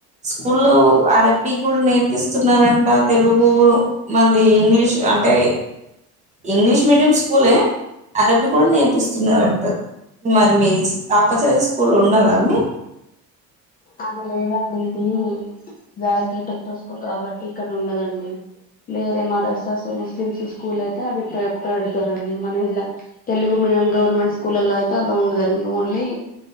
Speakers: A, on the right; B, on the left.
A: స్కూల్లో అరబ్బీ కూడా నేర్పిస్తున్నారంట తెలుగు మల్లి ఇంగ్లీష్ అంటే ఇంగ్లీష్ మీడియం స్కూలే అరబ్బిక్ కూడ నేర్పిస్తున్నరంటా మరి మీ పాపచదివే స్కూల్లో ఉన్నదా అండి
B: అది లేదండి ఇది గాయత్రి టెక్నో స్కూల్ కాబట్టి ఇక్కడ ఉండదండి. వేరే మదర్సాస్ ముస్లిమ్స్ స్కూల్ అయితే అవి పె పెడుతారండి మన ఇలా తెలుగు మీ ఏం గవర్నమెంట్ స్కూల్లల్లా అయితే అల ఉండదండి ఓన్లీ